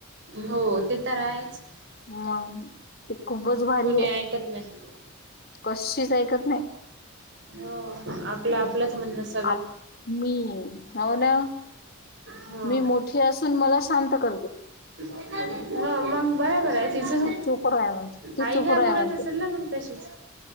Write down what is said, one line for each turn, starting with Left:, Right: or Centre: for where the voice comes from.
Right: हो ते तर आहेच.
Left: मंग ते खूपच भारी
Right: कोणी
Left: आहे,
Right: ऐकत नाही
Left: कशीष ऐकत नाही.
Right: हो आपलं आपलंच मनपंस
Left: आप मी हो ना
Right: हो
Left: मी मोठी असून मला शांत करते.
Right: ह मग बराबर हाय. तिचं
Left: तू चुप राय म्हणते तू
Right: आईला
Left: चुप राय
Right: बोलत
Left: म्हणते
Right: असेल ना मंग तशीच.